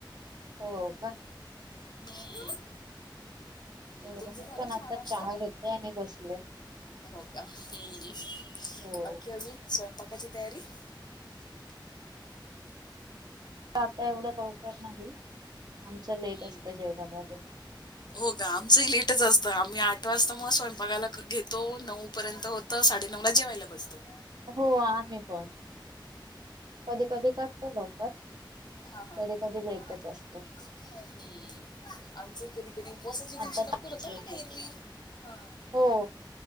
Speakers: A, on the right; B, on the left.
A: हो का?
B: हम्म.
A: बर,
B: तुमचं
A: मी
B: झालं
A: पण आता
B: नाश्ता
A: चहा घेतलाय आणि बसले.
B: हो का? हम्..
A: हो.
B: अखी अजून स्वयंपाकाची तयारी?
A: आता एवढं लवकर नाही आमचं
B: हम्म.
A: लेट असतं जेवण वगैरे
B: हो का आमचंही लेटच असतं आम्ही आठ वाजता म स्वयंपाकाला घेतो नऊ पर्यंत होत साडे नऊ ला जेवायला बसतो.
A: हो आम्ही पण कधी कधी करते लवकर
B: हा हा
A: कधी कधी लेटच
B: हम्म
A: असतं
B: आमचही कधी कधी उपवासाच्या दिवशी
A: आता
B: लवकर होत
A: लेटच
B: पण एरवी हा
A: हो